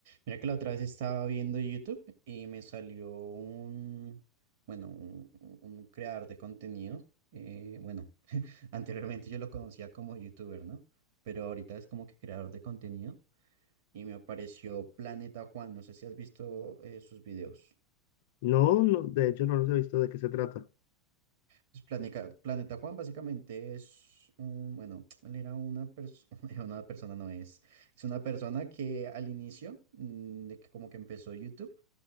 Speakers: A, on the right; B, on the left.
A: Mira que la otra vez estaba viendo YouTube y me salió un, bueno, un, un- un creador de contenido. eh, bueno, <laughs> anteriormente yo lo conocía como YouTuber, ¿no? Pero ahorita es como que creador de contenido y me apareció Planeta Juan. No sé si has visto eh, sus videos.
B: No, no, de hecho no los he visto de qué se trata.
A: Pues Planeca- Planeta Juan básicamente es un, bueno, <tsk> él era una persona, <laughs> era una persona no es, es una persona que al inicio mm, de que como que empezó YouTube.